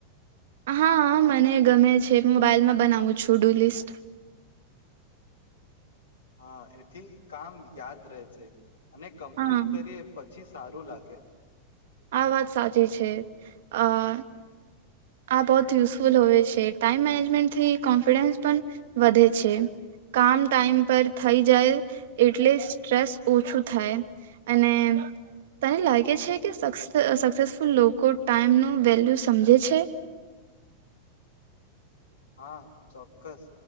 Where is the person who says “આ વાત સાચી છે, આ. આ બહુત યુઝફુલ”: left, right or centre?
Right